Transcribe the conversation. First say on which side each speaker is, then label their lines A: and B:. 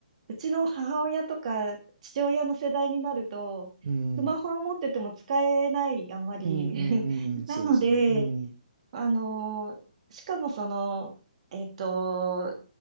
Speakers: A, on the right; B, on the right.
A: うちの母親とか父親の世代になると、
B: うん。
A: スマホを持ってても使えない、あんまり。
B: うん、うん、
A: <laughs>
B: うん、うんそうですよね。
A: なので、
B: うん。
A: あのーしかもその、えっと、